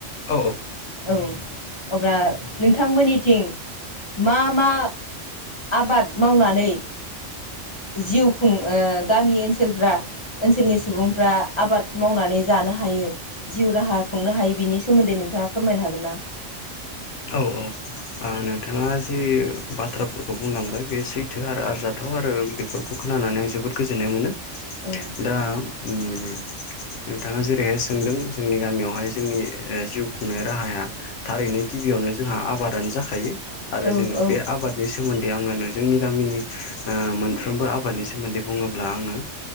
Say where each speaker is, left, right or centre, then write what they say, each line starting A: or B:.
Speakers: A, on the left; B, on the left.
A: औ
B: औ अब्ला नोंथांमोननिथिं मा मा आबाद मावनानै जिउ खुं ओ गामि ओनसोलफ्रा ओनसोलनि सुबुंफ्रा आबाद मावनानै जानो हायो जिउ राहा खुंनो हायो बिनि सोमोन्दै नोंथाङा फोरमायनो हागोन ना
A: औ औ नोंथाङा जि बाथ्राफोरखौ बुंलांबाय बे सैथो आरो आरजाथाव आरो बे खौ खोनानानै आं जोबोद गोजोननाय मोनो
B: ओ
A: दा उम नोंथाङा जेरैहाय सोंदों जोंनि गामियावहाय जोंनि जिउ खुंनाय राहाया थारैनो गिबियावनो जोंहा आबादानो जाखायो आरो
B: औ
A: जोङो
B: औ
A: बे आबाद बेनि सोमोन्दै आङो जोंनि गामिनि मोनफ्रोमबो आबादनि सोमोन्दै बुङोब्ला आङो